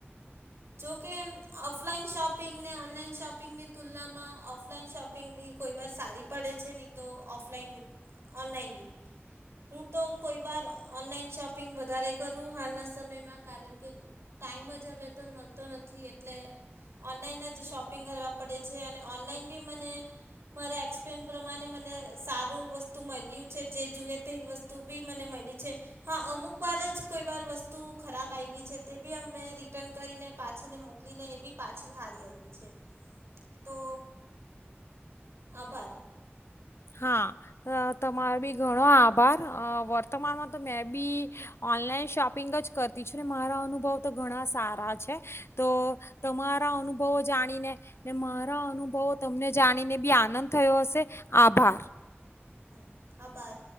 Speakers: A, on the right; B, on the left.
A: જોકે ઓફલાઈન શોપિંગને ઓનલાઈન શોપિંગની તુલનામાં ઓફલાઈન શોપિંગ બી કોઈ વાર સારી પડે છે, નહી તોફ ઓનલાઈન બી હું તો કોઈ વાર ઓનલાન શોપ શપિંગ વધારે કરું હાલના સમયમાં કારણ કે ટાઈમ જ હવે તો મળતો નથી એટલે ઓનલાઈન જ શોપિંગ કરવા પડે છે અને ઓનલાઈન બી મને મારા એક્સપિરયન્સ પ્રમાણે મને સારું વસ્તુ મળ્યું છે જે જુએ તે વસ્તુ બી મને મળી છે હા અમુક અમુક વાર જ કોઈ વાર વસ્તુ ખરાબ આવી છે તે બી અમે રિટર્ન કરીને પાછીને મોકલીને એ બી પાછી હારી આવી છે. તો આભાર.
B: હા તમારો બી ઘણો આભાર વર્તમાનમાં તો મેં બી ઓનલાઈન શોપિંગ જ કરતી છું ને મારા અનુભવ તો ઘણા સારા છે તો તમારા અનુભવો જાણીને ને મારા અનુભવો તમને જાણીને બી આનંદ થયો હશે. આભાર!
A: હમ આભાર!